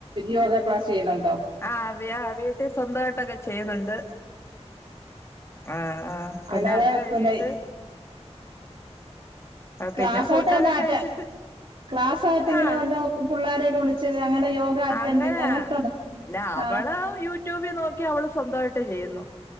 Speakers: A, on the right; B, on the left.
A: യോഗ ക്ലാസ് ചെയ്യുന്നുണ്ടോ
B: ആ വ വീട്ടി സ്വന്തായിട്ടൊക്കെ ചെയ്യുന്നുണ്ട് ആ ആ പിന്നെ
A: അല്ലാതെ
B: അത് കഴിഞ്ഞിട്ട്
A: പിന്നെ ക്ലാസ്
B: പിന്നെ ഫുഡൊക്കെ
A: ആയിട്ട് വല്ല ആറ്റ
B: കഴിച്ചിട്ട്
A: ക്ലാസ്സ ആയിട്ട് ഇങ്ങനെ
B: ആഹ്
A: വല്ലോ പിള്ളോരെയൊക്കെ വിളിച്ച അങ്ങനെ യോഗ അറ്റൻഡിങ്
B: അങ്ങനെയ
A: അങ്ങനെ
B: അല്ല
A: ആ
B: അവള് യൂട്യൂബിൽ നോക്കി അവള് സ്വന്തവായിട്ട് ചെയ്യുന്നു